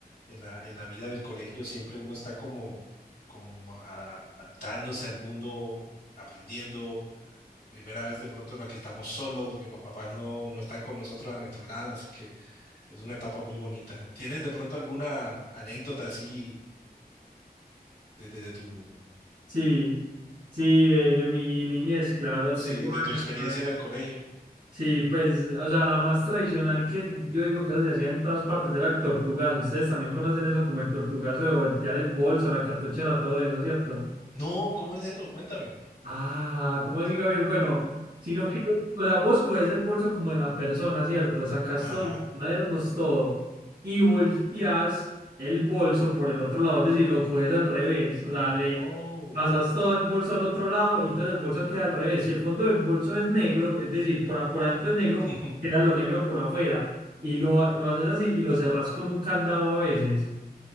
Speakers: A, on the left (about 85°); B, on the right (about 90°).
A: en la, en la vida del colegio, siempre uno está como, como a- adaptándose al mundo, aprendiendo, primera vez de pronto en la que estamos solos, que los papás no, no están con nosotros a nuestro lado, así que es una etapa muy bonita. ¿Tienes de pronto alguna anécdota así de, de- de tu,
B: sí, sí, de, de mi niñez, claro,
A: sí,
B: tengo
A: de
B: varias,
A: tu experiencia
B: Gabriel.
A: en el colegio?
B: sí, pues, o sea, la más tradicional que yo digo que eso se hacía en todas partes era el tortugazo, ustedes también conocen eso como el tortugazo de voltear el bolso, la cartuchera, todo eso, ¿cierto?
A: No, ¿cómo es eso? Cuéntame.
B: Ah, ¿cómo así, Gabriel? Bueno, sino que, o sea, vos coges el bolso como de la persona, ¿cierto? Sacas
A: Ajá.
B: todos los cuadernos, todo, y volteas el bolso por el otro lado, es decir, lo coges al revés, o sea, le
A: Oh.
B: pasas todo el bolso al otro lado, y entonces el bolso queda al revés. Si el fondo del bolso es negro, es decir, por, a- por adentro es negro,
A: <laughs>
B: queda lo negro por afuera, y lo, lo haces así y lo cerrás con un candado a veces.